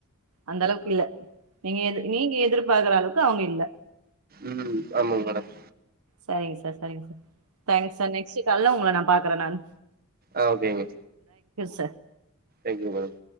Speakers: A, on the right; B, on the right.
A: அந்த அளவுக்கு இல்ல நீங்க எ நீங்க எதிர்பு பாக்கற அளவுக்கு அவங்க இல்ல
B: உம் ஆமாங்க மேடம்
A: செரிங்க சார் செரிங்க சார் தேங்க் சார் நெக்ஸ்ட கால்ல உங்கள நா பாக்குறேன் நானு
B: ஆஹ் ஓகேங்க
A: ச
B: தேங்க்யூ மேடம்